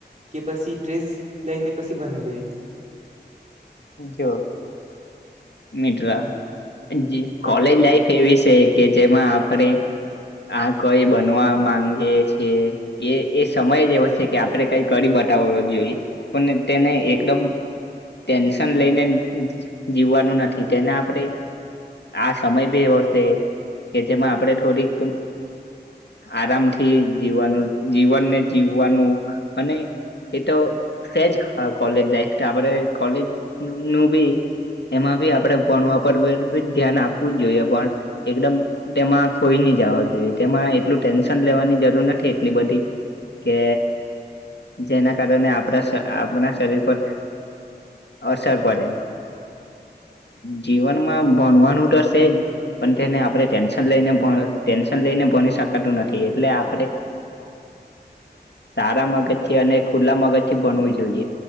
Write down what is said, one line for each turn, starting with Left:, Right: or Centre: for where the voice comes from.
Right: કે પછી ટ્રેસ લઈને પછી બનવું જોઈએ.
Left: જો મિત્ર જી
Right: હા
Left: કોલેજ લાઈફ એવી છે કે જેમાં આપણે આ કઈ બનવા માંગીએ જીએ એ સમય જ એવો શે કે આપણે કઈ કરી બતાવો જોઈએ પણ તેને એકદમ ટેન્શન લઈને જીવવાનું નથી તેને આપણે આ સમય ભી એવો શે કે જેમાં આપણે થોડીક આરામથી જીવવાનું જીવનને જીવવાનું અને એ તો સેજ કોલેજ લાઈફ આપણે કોલેજ નું બી એમાં બી આપણે ભણવા પર ધ્યાન આપવું જ જોઈએ પણ એકદમ તેમાં ખોઈ ન જવા જોઈએ તેમાં એટલું ટેન્શન લેવાની જરૂર નથી એટલી બધી કે જેના કારણે આપણા આપણા શરીર પર અસર પડે જીવનમાં ભણવાનું તો શે જ પણ તેને આપણે ટેન્શન લઈને ટેન્શન લઈને ભણી શકાતું નથી એટલે આપણે સારા મગજ થી અને ખુલ્લા મગજ થી ભણવું જોઈએ